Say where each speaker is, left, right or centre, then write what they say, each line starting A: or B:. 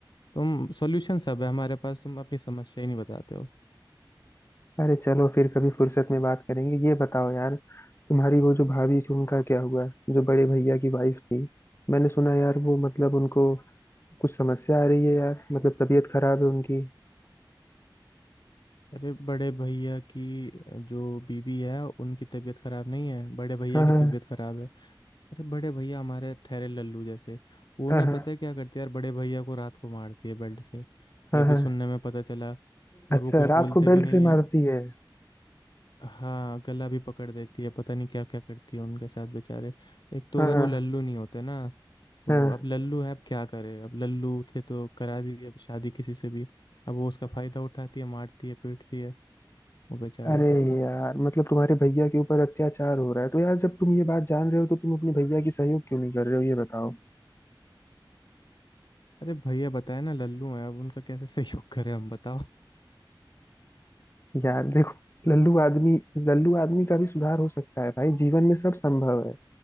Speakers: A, on the left (about 60°); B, on the left (about 30°).
A: तुम सॉल्यूशन सब है हमारे पास तुम अपनी समस्या ही नहीं बताते हो
B: अरे चलो फिर कभी फुर्सत में बात करेंगे ये बताओ यार तुम्हारी वो जो भाभी थी उनका क्या हुआ जो बड़े भैया की वाइफ थी मैंने सुना यार वो मतलब उनको कुछ समस्या आ रही है यार मतलब तबीयत खराब है उनकी
A: अरे बड़े भैया की जो बीवी है उनकी तबीयत खराब नहीं है बड़े भैया
B: हाँ
A: की
B: हाँ
A: तबीयत खराब है अरे बड़े भैया हमारे ठहरे लल्लू जैसे वो
B: हाँ
A: ना
B: हाँ
A: पता है क्या करते हैं यार बड़े भैया को रात को मारती है बेल्ट से
B: हाँ
A: ये अभी
B: हाँ
A: सुनने में पता चला और
B: अच्छा
A: वो कुछ
B: रात
A: बोलते
B: को बेल्ट
A: भी नहीं
B: से
A: है
B: मारती है
A: हाँ गला भी पकड़ देती है पता नहीं क्या क्या करती है उनके साथ बेचारे एक तो
B: हाँ
A: अगर
B: हाँ
A: वो लल्लू नहीं होते ना तो
B: हाँ
A: अब लल्लू है अब क्या करे अब लल्लू थे तो करा दी अब शादी किसी से भी अब वो उसका फायदा उठाती है मारती है पीटती है वो बेचारे
B: अरे यार मतलब तुम्हारे भैया के ऊपर अत्याचार हो रहा है तो यार जब तुम ये बात जान रहे हो तो तुम अपने भैया की सहयोग क्यों नहीं कर रहे हो ये बताओ
A: अरे भैया बताए ना लल्लू है अब उनका कैसे सहयोग करें हम बताओ
B: यार देखो लल्लू आदमी लल्लू आदमी का भी सुधार हो सकता है भाई जीवन में सब संभव है